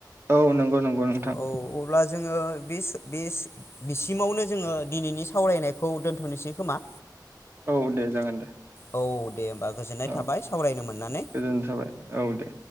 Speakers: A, on the right; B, on the left.
A: औ नंगौ नंगौ नोंथां
B: औ अब्ला जोङो बेस बेस बिसिमावनो जोङो दिनैनि सावरायनायखौ दोन्थनोसै खोमा
A: औ दे जागोन दे
B: औ दे होमबा गोजोननाय
A: औ
B: थाबाय सावरायनो मोननानै
A: गोजोन थाबाय औ दे।